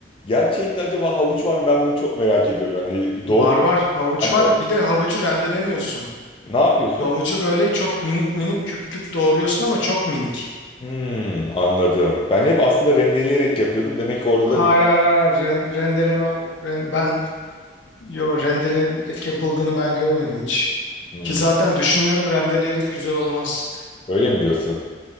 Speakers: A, on the left; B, on the left.
A: gerçeğinde acaba havuç var mı ben bunu çok merak ediyorum. Yani doğru
B: Var var havuç
A: sen
B: var.
A: de
B: Bir de havucu rendelemiyorsun.
A: ne yapıyorsun?
B: Havucu böyle çok minik minik küp küp doğruyorsun ama çok minik.
A: Hmm, anladım. Ben hep aslında rendeleyerek yapıyordum. Demek ki orada
B: Hayır
A: da bir...
B: hayır hayır. hayır. Ren- rendeleme ren- ben yo rendelek yapıldığını ben görmedim hiç.
A: Hmm,
B: Ki zaten düşünüyorum rendeleyerek güzel olmaz.
A: öyle mi diyorsun?